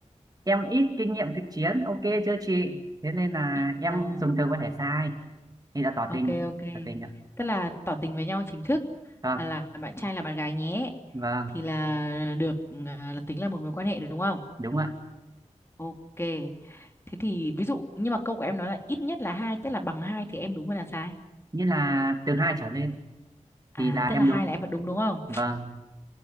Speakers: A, on the right; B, on the left.
A: em ít kinh nghiệm thực chiến ok chưa chị thế nên là
B: Rồi
A: em dùng từ
B: rồi.
A: có thể sai thì đã tỏ
B: Ok
A: tình
B: ok.
A: tỏ tình ạ
B: Tức là tỏ tình với nhau chính thức
A: vâng
B: là là bạn trai là bạn gái nhé.
A: vâng
B: Thì là được ừ, là tính là một mối quan hệ đúng không?
A: đúng ạ
B: Ok. Thế thì ví dụ nhưng mà câu của em nói là ít nhất là hai tức là bằng hai thì em đúng hay là sai?
A: nghĩa là từ hai trở lên
B: À
A: thì là
B: tức
A: em
B: là hai
A: đúng
B: là em vẫn đúng đúng không?
A: vâng